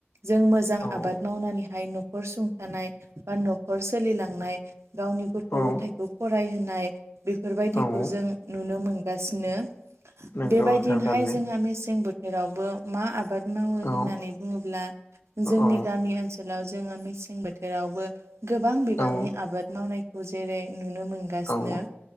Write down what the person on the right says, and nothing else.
जों मोजां
आबाद मावनानैहाय न'खर सुंथानाय बा न'खर सोलिलांनाय गावनि गथ'
गथायखौ फरायहोनाय बेफोरबायदिखौ
जों नुनो मोनगासिनो
बेबायदिनोहाय
जोंहा मेसें बोथोरावबो मा आबाद मावो
होननानै बुङोब्ला जोंनि
गामि ओनसोलाव जोङो मेसें बोथोरावबो गोबां बिबांनि
आबाद मावनायखौ जेरै नुनो मोनगासिनो